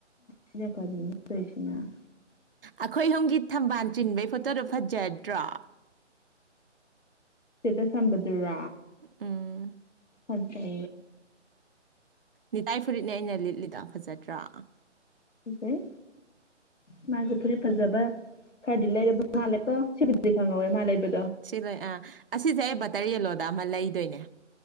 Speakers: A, on the left; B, on the right.
A: ꯁꯤꯖ ꯇꯁꯤꯅ
B: ꯑꯩꯈꯣꯏ ꯑꯣꯨꯝꯒꯤ ꯊꯝꯕꯥꯜ ꯆꯤꯟꯕꯒꯤ ꯐꯣꯇꯣꯗꯨꯣ ꯐꯖꯗ꯭ꯔꯣ
A: ꯆꯗꯁꯝꯕꯗꯨꯔꯥ
B: ꯎꯝ
A: ꯑꯆꯦ
B: ꯅꯤꯇꯥꯏ ꯐꯨꯔꯤꯠꯅꯦ ꯑꯩꯅ ꯂꯤꯠꯂꯤꯗ ꯐꯖꯗ꯭ꯔꯥ
A: ꯎꯦ ꯃꯥꯁꯦ ꯐꯨꯔꯤ ꯐꯖꯕ ꯈꯔꯗꯤ ꯂꯩꯔꯕ ꯃꯥꯜꯂꯦꯀꯣ ꯁꯤꯕꯨꯗꯤ ꯈꯪꯍꯧꯋꯦ ꯃꯥ ꯂꯩꯕ
B: ꯁꯤꯗꯣꯏ ꯑꯥ ꯑꯁꯤꯁꯦ ꯑꯩ ꯕꯇꯔ ꯌꯦꯂꯣꯗ ꯑꯃ ꯂꯩꯗꯣꯏꯅꯦ